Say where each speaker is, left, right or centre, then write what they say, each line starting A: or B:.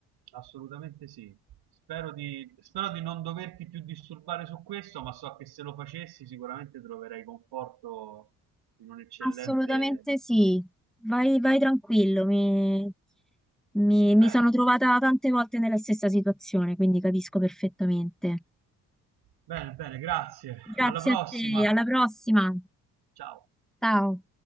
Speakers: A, on the right (about 60°); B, in the centre.
A: Assolutamente sì. Spero di, spero di non doverti più disturbare su questo, ma so che se lo facessi sicuramente troverai conforto in un eccellente...
B: Assolutamente sì, vai, vai tranquillo, mi, mi-
A: Bene,
B: mi sono trovata tante volte nella stessa situazione, quindi capisco perfettamente.
A: bene, bene, grazie.
B: Grazie
A: Alla prossima.
B: a te, alla prossima.
A: Ciao.
B: Ciao.